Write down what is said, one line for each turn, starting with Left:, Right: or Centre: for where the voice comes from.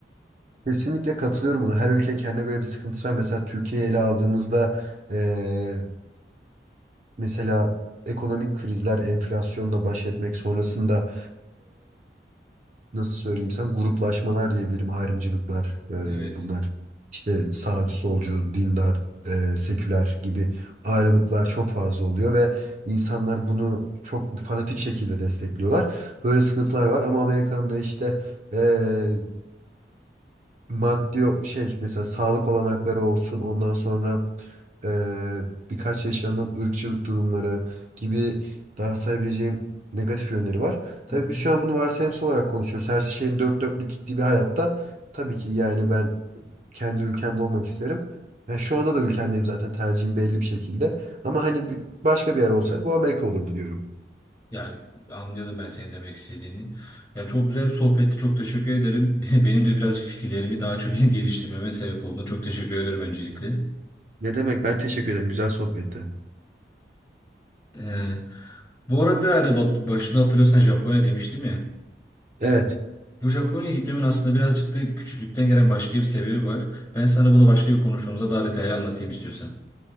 Right: Kesinlikle katılıyorum buna. Her ülkenin kendine göre bir sıkıntısı var. Mesela Türkiye'yi ele aldığımızda ee, mesela ekonomik krizler, enflasyonla baş etmek sonrasında nasıl söyleyeyim sen gruplaşmalar diyebilirim ayrımcılıklar e,
Left: Evet.
Right: bunlar işte sağcı solcu dindar e, seküler gibi ayrılıklar çok fazla oluyor ve insanlar bunu çok fanatik şekilde destekliyorlar böyle sıkıntılar var ama Amerika'nın da işte e, maddi o- şey mesela sağlık olanakları olsun ondan sonra eee, birkaç yaşanan ırkçılık durumları gibi daha sayabileceğim negatif yönleri var. Tabii
Left: Hı hı.
Right: biz şu an bunu varsayımsal olarak konuşuyoruz. Her şeyin dört dörtlük gittiği bir hayatta tabii ki yani ben kendi ülkemde olmak isterim. Yani şu anda da ülkemdeyim zaten tercihim belli bir şekilde. Ama hani bir- başka bir yer olsaydı bu Amerika olurdu diyorum.
Left: Ya anladım ben senin demek istediğini. Ya çok güzel bir sohbetti. Çok teşekkür ederim. <laughs> Benim de birazcık fikirlerimi daha çok <laughs> geliştirmeme sebep olduğunu çok teşekkür ederim öncelikle.
Right: Ne demek ben teşekkür ederim güzel sohbetti.
Left: Ee, bu arada hani bat- başında hatırlıyorsan Japonya demiştim ya.
Right: Evet
Left: Bu Japonya'ya gitmemin aslında birazcık da küçüklükten gelen başka bir sebebi var. Ben sana bunu başka bir konuşmamıza daha detaylı anlatayım istiyorsan.